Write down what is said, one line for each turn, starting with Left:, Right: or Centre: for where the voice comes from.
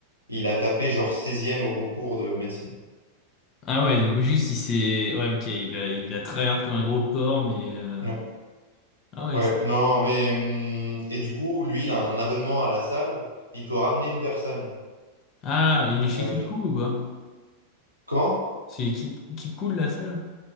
Right: Il a tapé genre seizième au concours de médecine.
Left: Ah ouais, donc juste il s'est... Ouais, ok, il a, il a tryhard comme un gros porc, mais... euh,
Right: Ouais,
Left: Ah ouais.
Right: ouais.
Left: c'est-
Right: Non, mais hum, et du coup, lui, il a un abonnement à la salle. Il peut ramener une personne.
Left: Ah, il est chez
Right: Euh,
Left: Keep
Right: gra-
Left: Cool ou quoi
Right: comment?
Left: C'est Keep, Keep Cool la salle?